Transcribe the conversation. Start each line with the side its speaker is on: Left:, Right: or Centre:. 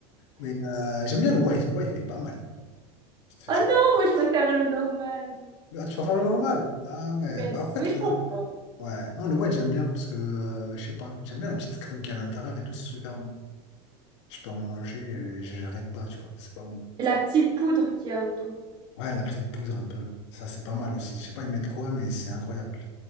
Left: Mais euh, j'aime bien le white. Le white, il est pas mal. Petite
Right: Oh
Left: chocolat.
Right: non, moi je préfère le normal.
Left: Ah, tu préfères le normal? Ah ouais,
Right: Mais,
Left: bah en fait,
Right: mais
Left: le,
Right: je comprends.
Left: nor- ouais. Non, le white, j'aime bien parce que, euh, je sais pas, j'aime bien la petite crème qui est à l'intérieur et tout, c'est super bon. Je peux en manger et j'arrête pas, tu vois, c'est pas bon.
Right: La petite poudre qu'il y a autour.
Left: Ouais, la petite poudre un peu, ça, c'est pas mal aussi. Je sais pas, ils mettent quoi, mais c'est incroyable.